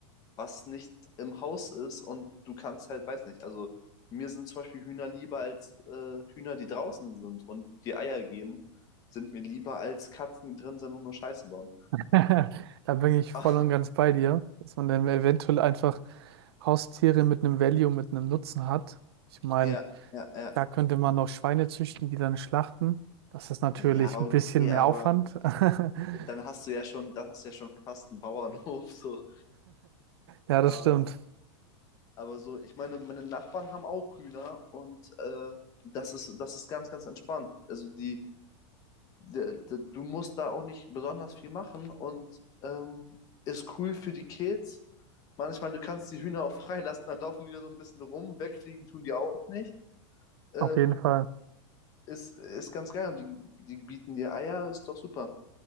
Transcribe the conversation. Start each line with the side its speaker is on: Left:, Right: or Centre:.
Left: was nicht im Haus ist und du kannst halt, weiß nicht, also mir sind zum Beispiel Hühner lieber als äh, Hühner, die draußen sind und die Eier geben, sind mir lieber als Katzen, die drin sind und nur Scheiße bauen.
Right: <laughs> Da bin ich voll
Left: <laughs>
Right: und ganz bei dir, dass man dann eventuell einfach Haustiere mit einem Value, mit einem Nutzen hat. Ich meine,
Left: Ja, ja, ja.
Right: da könnte man noch Schweine züchten, die dann schlachten. Das ist natürlich
Left: Ja,
Right: ein
Left: okay,
Right: bisschen mehr
Left: aber
Right: Aufwand. <laughs>
Left: dann hast du ja schon, dann hast du ja schon fast einen Bauernhof, <laughs> so.
Right: Ja,
Left: Aber,
Right: das stimmt.
Left: aber so, ich meine, meine Nachbarn haben auch Hühner und äh, das ist, das ist ganz, ganz entspannt. Also die, der- der- du musst da auch nicht besonders viel machen und ähm, ist cool für die Kids. Manchmal, du kannst die Hühner auch <laughs> freilassen, dann laufen die da so ein bisschen rum, wegfliegen tun die auch nicht. Ähm,
Right: Auf jeden Fall.
Left: ist, ist ganz geil und die, die bieten dir Eier, ist doch super.